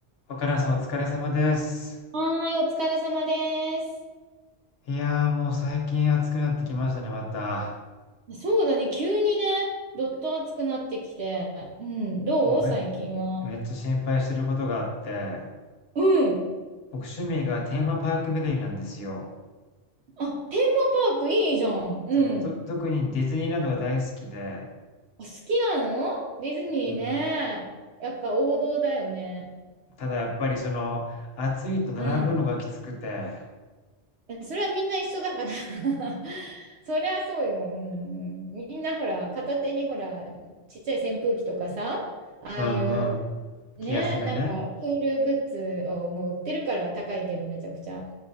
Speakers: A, on the left (about 60°); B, on the right (about 70°).
A: 若菜さんお疲れ様です。
B: はーい、お疲れ様です。
A: いやーもう最近暑くなってきましたね、また。
B: そうだね、急にね、どっと暑くなってきて。うん、どう最近は。
A: 僕め、めっちゃ心配してることがあって、
B: うん。
A: 僕趣味がテーマパーク巡りなんですよ。
B: あ、テーマパークいいじゃん。うん。
A: そう、と、特にディズニーランドが大好きで、
B: お好きなのディズニーね。
A: うん。
B: やっぱ王道だよね。
A: ただやっぱりその、暑いと並ぶのがきつくて、
B: うん。えそれはみんな一緒だから <laughs> そりゃそうよ。うんうん、みんなほら、片手にほら、ちっちゃい扇風機とかさ、ああいう、
A: うんうん。
B: ね、
A: 気休めね。
B: なんかクールグッズをもう売ってるから高いけどめちゃくちゃ。